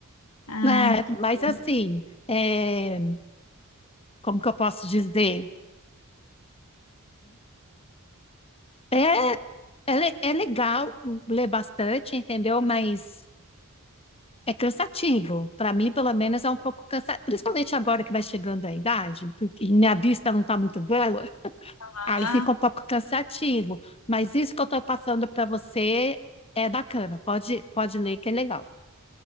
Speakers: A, on the left; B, on the left.
A: Ai,
B: É,
A: que
B: mas
A: bom.
B: assim, é, como que eu posso dizer? É, é, le- é legal ler bastante, entendeu? Mas é cansativo. Para mim, pelo menos, é um pouco cansativo. Principalmente agora que vai chegando a idade, porque minha vista não está muito boa.
A: Ah,
B: Aí fica um pouco cansativo, mas isso que eu estou passando para você é bacana. Pode, pode ler que é legal.